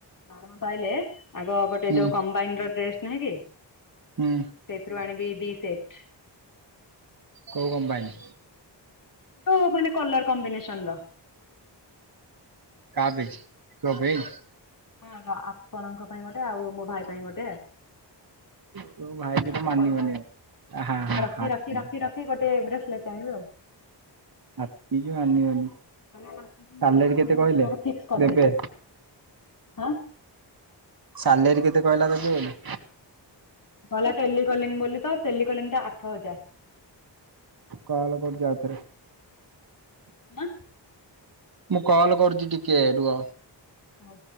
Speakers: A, on the left; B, on the right.
A: ଦରମା ପାଇଲେ ଆଗ ଗୋଟେ
B: ହୁଁ
A: ଯୋଉ କମ୍ ଦାମୀର ଡ୍ରେସ୍ ନାହିଁକି
B: ହୁଁ।
A: ସେଇଥିରୁ ଆଣିବି ଦି ସେଟ୍।
B: କୋଉ କମ୍ପାନି?
A: ତ ମାନେ କଲର୍ କମ୍ବିନେସନର।
B: କା ପାଇଁ ତୋ ପାଇଁ।
A: ଅଁ ହଁ ଆପଣଙ୍କ ପାଇଁ ଗୋଟେ ଆଉ ମୋ ଭାଇ ପାଇଁ ଗୋଟେ।
B: ତୋ ଭାଇ କି ତ
A: ଆଉ
B: ମାନିବନି
A: ପଇସା ପଇସା
B: ଆଉ। ଆହା ହା ହା
A: ରଖି
B: ହାତୀ
A: ରଖି ରଖି ରଖି ଗୋଟେ ବ୍ରେସଲେଟ୍ ଆଣିବି ଆଉ।
B: ହାପିକି ମାନିବନି।
A: ମାନେ ମାସକୁ ମୁଁ
B: ସାଲେରୀ କେତେ
A: ମୁଁ
B: କହିଲେ?
A: ମୋର ଫିକ୍ସ୍ କରିଦେଇଚି
B: ଦେବେ
A: ଆଁ।
B: ସାଲେରୀ କେତେ କହିଲା ଦେବେ ବୋଲି?
A: ଭଲ ଟେଲିକଲିଂ ବୋଲିତ ଟେଲିକଲିଂଟା ଆଠ ହଜାରେ।
B: କଲ୍ କରୁଚି ଆଉ ଥରେ?
A: ଆଁ।
B: ମୁଁ କଲ୍ କରୁଚି ଟିକେ ରୁହ।
A: ହଉ।